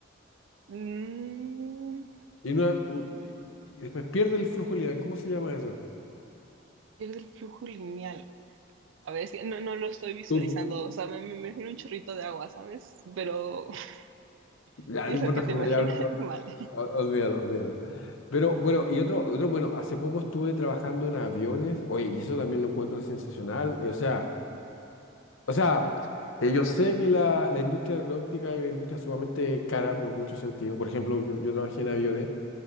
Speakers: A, on the right; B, on the left.
A: Mm,
B: y, una- u- y- y después pierde el flujo lineal. ¿Cómo se llama eso?
A: pierde el flujo lineal. A ver, es que no, no lo estoy visualizando,
B: Tú-
A: o sea, me, me imagino un chorrito de agua, ¿sabes? Pero <laughs>
B: ya,
A: si
B: no
A: es
B: importa
A: lo que te
B: que
A: imaginas,
B: me la ya, ol-
A: <laughs> vale.
B: ol- olvídalo, olvídalo. Pero bueno, y otro, otro, bueno, hace poco estuve trabajando en aviones, oye, y eso también lo encuentro sensacional, eh, o sea... O sea, eh, yo sé que la, la industria aeronáutica es una industria sumamente cara por muchos sentidos. Por ejemplo, yo, yo trabajé en aviones